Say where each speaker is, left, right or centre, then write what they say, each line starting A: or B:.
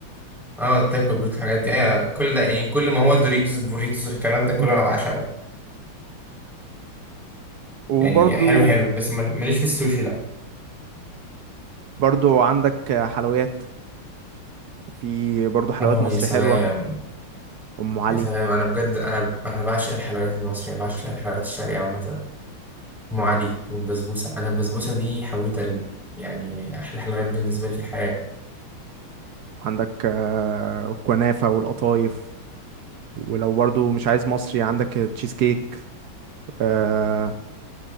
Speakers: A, in the centre; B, on the right (about 75°).
A: اه تاكو بريت الحاجات دي ايوه كل ده يعني كل ما هو دوريتوس بوريتوس الكلام ده
B: <laughs>
A: كله انا بعشقه
B: وبرضو
A: يعني حلو حلو بس مال- ماليش في السوشي لا
B: برضو عندك آه، حلويات في برضو حلويات
A: اه
B: مصري
A: يا سلام
B: حلوة ام علي
A: يا سلام انا بجد انا انا بعشق الحلويات المصريه بعشق الحلويات الشرقيه عامه ام علي والبسبوسه انا البسبوسه دي حويت قلبي يعني احلى حلويات بالنسبه لي في الحياه
B: عندك آه، الكنافة والقطايف ولو برضو مش عايز مصري عندك تشيز كيك آه،